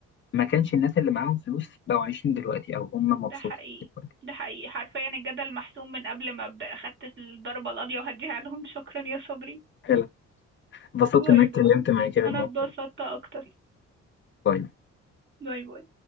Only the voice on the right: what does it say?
ده
حقيقي
ده حقيقي حرفيا الجدل محسوم من قبل ما أبدأ أخدت الضربة القاضية وهديها لهم <laughs> شكرا يا صبري
باي
باي
أنا
اتبسطت أكتر
باي باي